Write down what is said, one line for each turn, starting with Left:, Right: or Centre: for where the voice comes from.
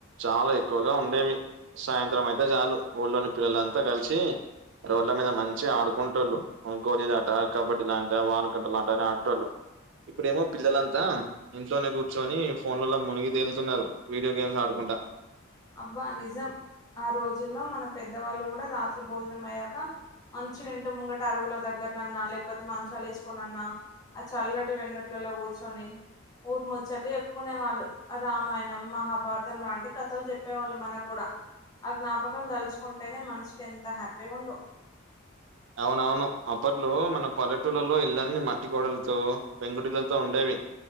Right: చాలా ఎక్కువగా ఉండేవి సాయంత్రం అయితే చాలు ఊళ్ళోని పిల్లలంతా కలిసి రోడ్ల మీద మంచిగా ఆడుకుంట వాళ్ళు గోలీ ఆట కబడ్డీ ఆట వానకంట లాంట అని అడేటో లు ఇప్పుడేమో పిల్లలంతా ఇంట్లోనే కూర్చొని ఫోన్లలో మునిగి తేలుతున్నారు వీడియో గేమ్స్ ఆడుకుంటా
Left: అబ్బా నిజం ఆ రోజుల్లో మన పెద్దవాళ్ళు కూడా రాత్రి భోజనం అయ్యాక. అంచు ఇంట ముంగట అరుగుల దగ్గరనన్నా లేకపోతే మంచాలు వేసుకునన్నా ఆ చల్లటి వెన్నెటలలో కూర్చొని ఊరి ముచ్చట్లు చెప్పుకునే వాళ్ళు రామాయణం మహాభారతం లాంటి కథలు చెప్. చెప్పేవాళ్ళు మనకు కూడా ఆ జ్ఞాపకాలు తలుచుకుంటేనే మనసుకి ఎంత హ్యాపీగా ఉందో.
Right: అవునవును అప్పట్లో మన పల్లెటూలలో ఇల్లన్నీ మట్టి గోడలతో పెంకిటెంట్లతో ఉండేవి